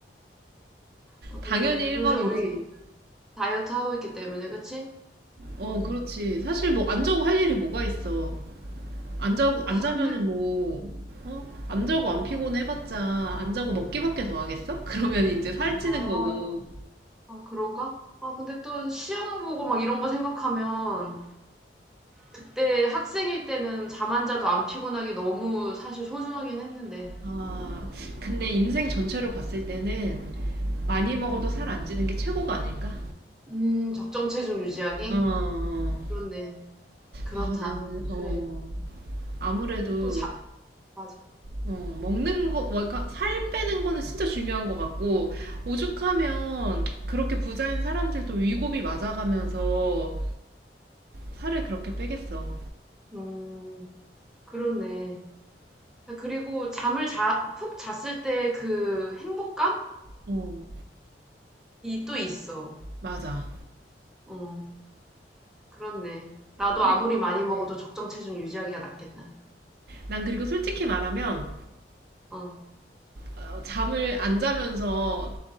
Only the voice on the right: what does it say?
당연히 1번이지.
어,
그렇지. 사실 뭐 안 자고 할 일이 뭐가 있어. 안 자고 안
자면은
뭐 어? 안 자고 안 피곤해 봤자 안 자고 먹기밖에 더 하겠어? <laughs> 그러면 이제 살찌는
거고.
아, 근데 인생 전체로 봤을 때는 많이 먹어도 살 안 찌는 게 최고가 아닐까?
어. 어.
아, 나는 어.
아무래도
어, 먹는 거, 뭐, 그러니까 살 빼는 거는 진짜 중요한 것 같고, 오죽하면 그렇게 부자인 사람들도 위고비 맞아가면서 살을 그렇게 빼겠어.
어,
맞아.
근데
난 그리고 솔직히 말하면,
어, 잠을 안 자면서